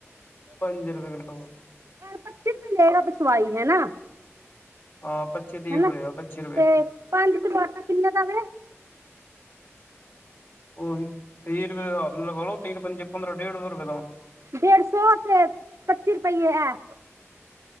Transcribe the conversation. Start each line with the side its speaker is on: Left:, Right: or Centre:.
Left: ਪੰਜ ਰੁਪਏ ਕਿਲੋ।
Right: ਨਾਲੇ ਪੱਚੀ ਤੋਂ ਲੇ ਗਾ ਵਿਸਵਾਈ ਹੈ ਨਾ।
Left: ਹਾਂ ਪੱਚੀ ਤੀਹ
Right: ਹਨਾ
Left: ਰੁਪਏ
Right: ਤੇ
Left: ਆ ਪੱਚੀ ਰੁਪਏ
Right: ਪੰਜ ਕਿਲੋ ਆਟਾ ਕਿੰਨੇ ਦਾ ਵੇ।
Left: ਉਹੀ ਤੀਹ ਰੁਪਏ ਹਿਸਾਬ ਨਾਲ ਲਗਾ ਲੋ ਤੀਨ ਪੰਜ ਪੰਦਰਾਂ ਡੇਢ ਸੌ ਰੁਪਏ। ਦਾ
Right: ਡੇਢ ਸੌ ਉਹ ਹੋ ਗਏ ਪੱਚੀ ਰੁਪਈਏ ਇਹ।